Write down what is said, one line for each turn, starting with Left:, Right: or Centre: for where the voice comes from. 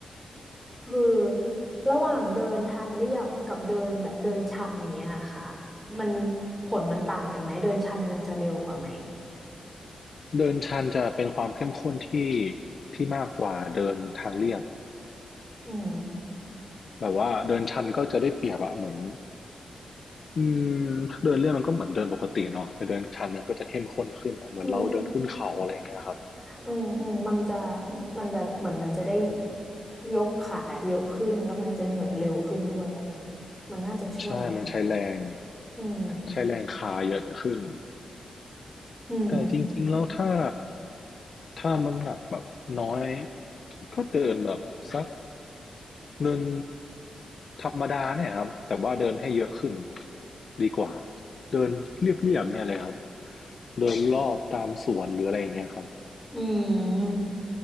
Centre: คือระหว่างเดินทางเรียบกับเดินแบบเดินชันอย่างเงี้ยค่ะมันผลมันต่างกันไหมเดินชันมันจะเร็วกว่าไหม
Left: เดินชันจะเป็นความเข้มข้นที่ที่มากกว่าเดินทางเรียบ
Centre: อืม
Left: แบบว่าเดินชันก็จะได้เปรียบอะเหมือนอืมเดินเรียบมันก็เหมือนเดินปกติเนาะแต่เดินชันมันก็จะเข้มข้นขึ้นนะเหมือนเราเดินขึ้นเขาอะไรอย่างเงี้ยครับ
Centre: อืมอืมอืมมันจะมันจะแบบเหมือนมันจะได้ยกขาเยอะขึ้นแล้วมันจะเหนื่อยเร็วขึ้นด้วยอ่ะมันน่าจะช่วยเนาะ
Left: ใช่มันใช้แรง
Centre: อืม
Left: ใช้แรงคาเยอะขึ้น
Centre: อืม
Left: แต่จริงๆ แล้วถ้าถ้าน้ำหนักแบบน้อยก็เดินแบบสักเดินธรรมดาเนี่ยครับแต่ว่าเดินให้เยอะขึ้นดีกว่า เดินเรียบๆเนี่ยเลยครับเดินรอบตามสวนหรืออะไรอย่างเงี้ยครับ
Centre: อืม